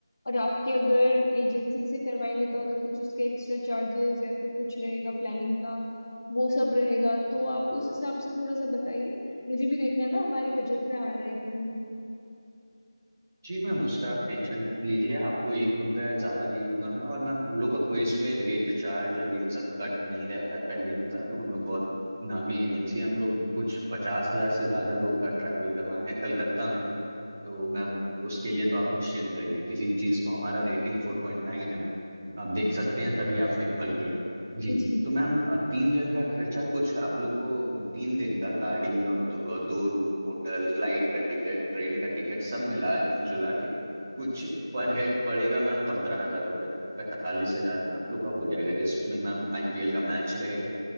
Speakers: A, on the left (about 45°); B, on the right (about 30°).
A: और आपके अगर एजेंसी से करवाएंगे तो अगर कुछ उसके एक्स्ट्रा चार्जेस या फिर कुछ रहेगा प्लानिंग का वो सब रहेगा तो आप उस हिसाब से थोड़ा सा बताइए मुझे भी देखना है ना हमारे बजट में आ रहा है कि नहीं
B: जी मैम उसका आप टेंशन मत लीजिए आपको एक रुपया ज्यादा नहीं लूंगा मैं और मैम हम लोग का कोई इसमें रेट चार्ज और ये सब कट नहीं रहता है पहले ही बता दूं हम लोग बहुत नामी एजेंसी है हम लोग कुछ पचास हजार से ज्यादा लोग का ट्रैवल करवाए हैं कलकत्ता में ही तो मैम उसके लिए तो आप निश्चिंत रहिए किसी चीज को हमारा रेटिंग फोर पॉइंट नाइन है मैम
A: अच्छा
B: आप देख सकते हैं
A: ठीक
B: तभी आपने कॉल किया जी
A: है जी
B: तो मैम अ, तीन जन का खर्चा कुछ आप लोग को तीन दिन का गाड़ी और दो, अ, दो रूम होटल फ्लाइट का टिकट ट्रेन का टिकट सब मिला जुला के कुछ पर हेड पड़ेगा मैम पंद्रह हजार रुपये पैंतालीस हजार में आप लोग का हो जाएगा जिसमें मैम आईपीएल का मैच रहेगा